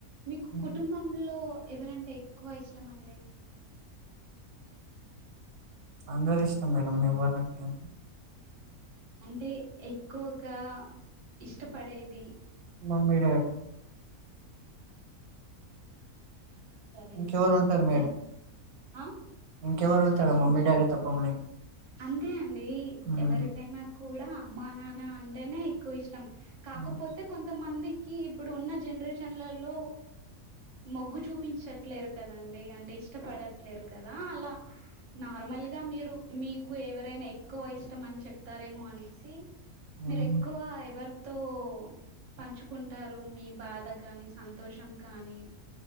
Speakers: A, on the right; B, on the right.
A: మీకు
B: ఉమ్.
A: కుటుంబంలో ఎవరంటే ఎక్కువ ఇష్టమండి
B: అందరు ఇష్టం మేడం మీవ్వాలంట ఇంకా
A: అంటే ఎక్కువగా ఇష్టపడేది
B: మమ్మీ డాడీ
A: సరేనండి
B: ఇంకెవరు ఉంటారు
A: ఉ ఆ
B: కేవారూంటారు మమ్మి డాడి తప్ప మనకి
A: అంతే అండి
B: ఉమ్,
A: ఎవరికైనా కూడా అమ్మా నాన్న అం టెనే ఎక్కువ ఇస్ ష్టం కాకపోతే
B: ఉమ్,
A: కొంతమంది కి ఇప్పుడు ఉన్న జనరేషన్లలో మొగ్గు చూపించట్లేరు కదండి అంటే ఇష్టపడట్లేరు కదా అలా నార్మల్గా మీరు మీకు ఎవరైనా ఎక్కువ ఇష్టం అని చెప్తారేమో అనేసి
B: ఉమ్.
A: మీరు ఎక్కువ ఎవరు తో పంచుకుంటారు మీ బాధ కానీ సంతోషం కానీ